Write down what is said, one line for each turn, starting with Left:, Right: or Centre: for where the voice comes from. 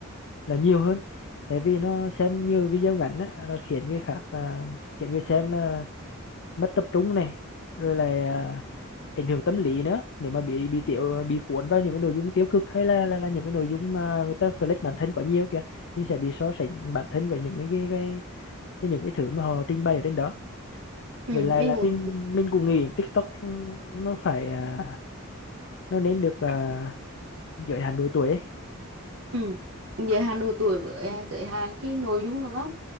Left: là nhiều hơn tại vì nó xem nhiều video ngắn á, là khiến người khác à, khiến người xem là mất tập trung này rồi là ảnh hưởng tâm lý nữa nếu mà bị bị tiểu bị cuốn vào những cái nội dung tiêu cực hay là là, là những cái nội dung mà người ta flex bản thân quá nhiều kìa mình sẽ bị so sánh bản thân với những cái cái cái, cái những cái thứ mà họ trình bày ở trên đó
Right: ừ,
Left: vậy là
Right: mình
Left: là
Right: cũng
Left: mình mình cũng nghĩ TikTok nó phải à, nó nên được à, giới hạn độ tuổi ấy.
Right: ừ, giới hạn độ tuổi với à, giới hạn cái nội dung đúng không